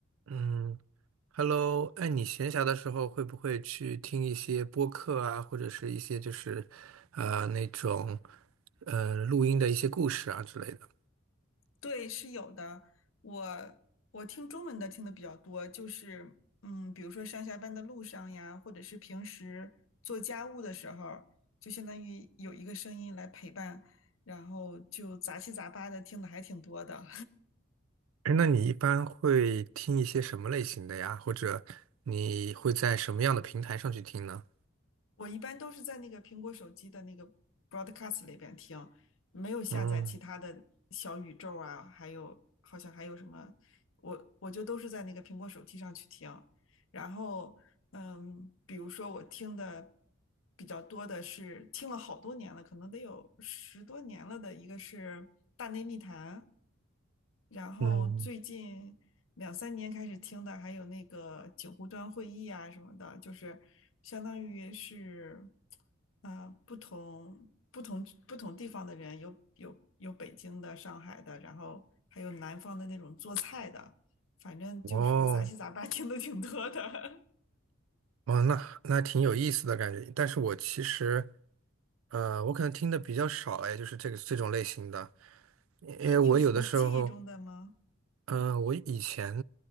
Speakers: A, on the right; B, on the left.
A: 嗯，Hello，哎，你闲暇的时候会不会去听一些播客啊，或者是一些就是呃那种呃录音的一些故事啊之类的？
B: 对，是有的。我我听中文的听的比较多，就是嗯，比如说上下班的路上呀，或者是平时做家务的时候，就相当于有一个声音来陪伴，然后就杂七杂八的听的还挺多的。
A: 哎，那你一般会听一些什么类型的呀？或者你会在什么样的平台上去听呢？
B: <laughs> 我一般都是在那个苹果手机的那个 Broadcast 里边听，没有下载其他的小宇宙啊，
A: 嗯
B: 还有好像还有什么，我我就都是在那个苹果手机上去听。然后，嗯，比如说我听的比较多的是听了好多年了，可能得有十多年了的一个是《大内密谈》，然后最近两三年开始听的还有那个警湖端会议啊什么的，
A: 嗯，
B: 就是相当于是，啊、不同不同不同地方的人，有有有北京的、上海的，然后还有南方的那种做菜的。反正就是杂七杂八
A: 哦
B: <laughs> 听的挺多的。
A: 哦，那那挺有意思的感觉。但是我其实，呃，我可能听的比较少，哎，就是这个这种类型的，
B: <laughs>
A: 因为我有的时候。
B: 那你有什么记忆中的吗？
A: 嗯，我以前